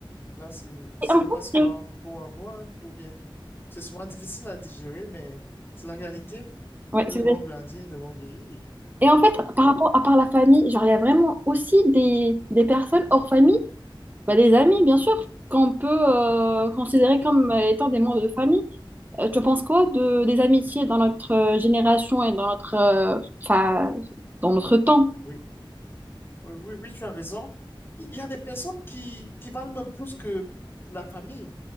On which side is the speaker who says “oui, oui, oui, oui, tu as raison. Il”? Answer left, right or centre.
Left